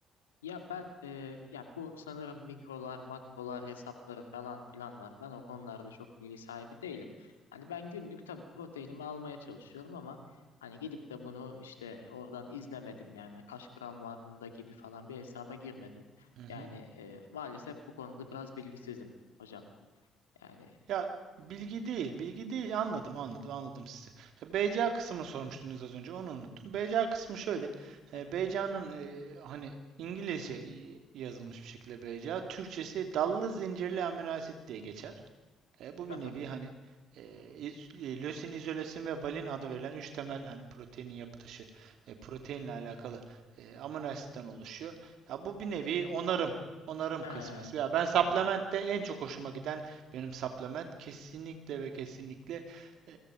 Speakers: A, on the left (about 80°); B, on the right (about 60°).
A: Ya ben e, ya bu sanırım mikrolar, makrolar hesapları falan filan var. Ben o konularda çok bilgi sahibi değilim. Hani ben günlük tabii proteinimi almaya çalışıyorum ama hani gidip de bunu işte oradan izlemedim yani kaç gram var bunda gibi falan bir hesaba girmedim.
B: Hı hı.
A: Yani e, maalesef bu konuda biraz bilgisizim hocam. Yani
B: Ya bilgi değil, bilgi değil. Anladım, anladım, anladım sizi. E, BCA kısmını sormuştunuz az önce, onu unuttum. BCA kısmı şöyle. E,
A: hı hı.
B: BCA'nın hani İngilizce y- yazılmış bir şekilde BCA, Türkçesi dallı zincirli amino asit diye geçer. E, bu
A: Hı
B: bir
A: hı.
B: nevi hani e, e, lösin, izolesin ve valin adı verilen üç temel hani proteinin yapı taşı, e, proteinle alakalı e, amino asitten oluşuyor. Ya bu bir nevi onarım, onarım
A: He,
B: kısmı. Ya ben
A: anlıyorum.
B: supplement'te en çok hoşuma giden benim supplement kesinlikle ve kesinlikle e,